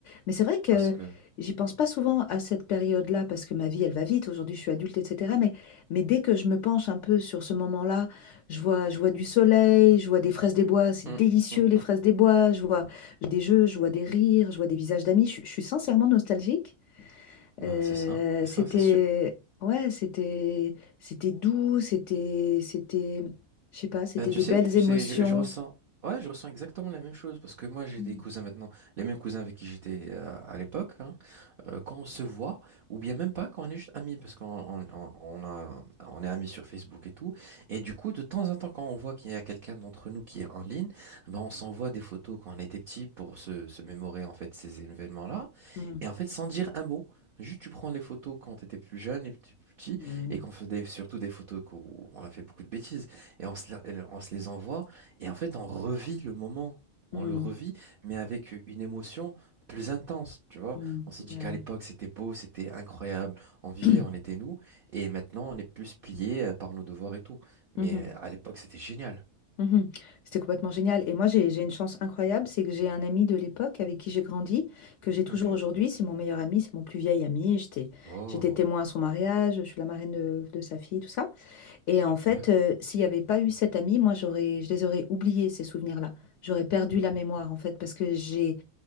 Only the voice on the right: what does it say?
Parce que.
Hum,
hum,
hum.
Ben,
c'est ça, c'est ça,
c'est sûr.
Ben, tu
sais,
c'est, je, je ressens. Ouais, je ressens exactement la même chose. Parce que moi, j'ai
des cousins maintenant. Les mêmes cousins avec qui j'étais euh, à l'époque. hein. euh, quand on se voit, ou bien même pas quand on est juste amis, parce qu'on on, on- on a, on est amis sur Facebook et tout. Et du coup, de temps en temps, quand on voit qu'il y a quelqu'un d'entre nous qui est en ligne, ben on s'envoie des photos quand on était petit pour se, se mémorer en fait ces événements-là.
Et en fait, sans dire un mot. Juste, tu prends les photos quand t'étais plus jeune et plus petit,
et qu'on faisait surtout des photos où on a fait beaucoup de bêtises, et on se, la- on se les envoie, et en fait, on revit le moment, on
le revit, mais avec une émotion plus intense, tu vois.
On s'est
dit qu'à
l'époque, c'était beau, c'était incroyable. On vivait,
on était nous. Et maintenant, on est plus plié euh, par nos devoirs et tout. Mais
euh, à l'époque, c'était génial.
Ok.
Oh,
super.